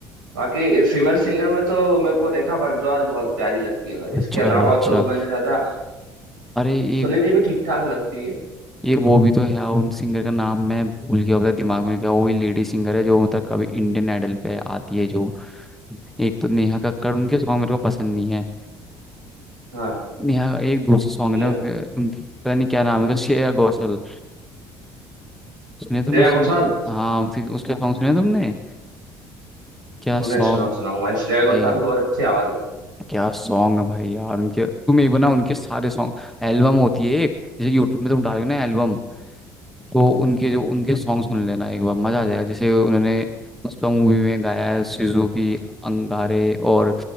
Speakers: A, on the right; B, in the centre.
A: बाकी फीमेल सिंगर में तो मेरे को रेखा भारद्वाज बहुत प्यारी लगती है भाई इसके
B: अच्छा
A: अलावा
B: अच्छा
A: तो मैंने ज्यादा
B: अरे
A: सुनिधि
B: एक
A: भी ठीक ठाक लगती है
B: एक वो भी तो है यार, उन सिंगर का नाम मैं भूल गया पता दिमाग में क्या वही लेडी सिंगर है जो मतलब कभी इंडियन आइडल पे आती है जो एक तो नेहा कक्कड़ उनके सॉन्ग मेरे को पसंद नहीं है
A: हाँ
B: नेहा का एक दूसरी सॉन्ग
A: न-
B: है ना उनके उनकी पता नहीं क्या नाम है उनका, श्रेया घोषाल सुने तुमने
A: श्रेया
B: उसकी
A: घोषाल
B: हाँ उनकी उसके सॉन्ग सुने तुमने क्या
A: उन्हें
B: सॉन्ग
A: सुना सुनाऊं भाई श्रेया
B: भाई
A: घोषाल की बहुत अच्छी आवाज है
B: क्या सॉन्ग है भाई यार उनके तुम एक बना उनके सारे सॉन्ग एल्बम होती है एक जैसे यूट्यूब में तुम डालोगे ना एल्बम तो उनके जो उनके सॉन्ग सुन लेना एक बार मजा आ जाएगा जैसे उन्होंने पुष्पा मूवी में गाया है सुजुकी अंगारे और